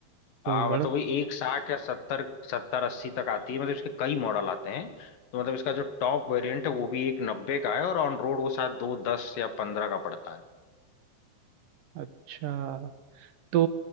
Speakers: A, on the right; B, on the left.
A: तो
B: हाँ
A: बड़ा
B: मतलब वही एक साठ या सत्तर सत्तर अस्सी तक आती है मतलब इसके कई मॉडल आते हैं तो मतलब इसका जो टॉप वेरिएंट है वो भी एक नब्बे का है और ऑन रोड वो शायद दो दस या पंद्रह का पड़ता है
A: अच्छा तो